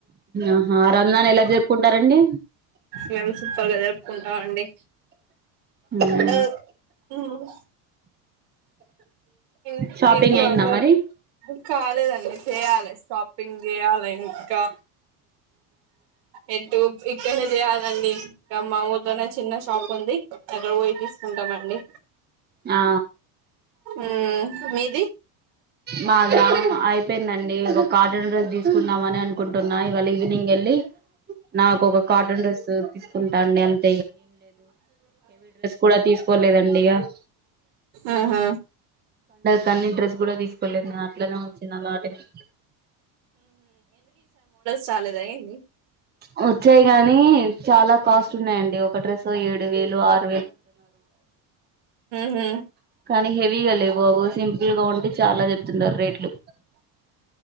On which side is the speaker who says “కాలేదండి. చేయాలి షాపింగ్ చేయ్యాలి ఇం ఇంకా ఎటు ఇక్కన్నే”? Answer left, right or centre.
Right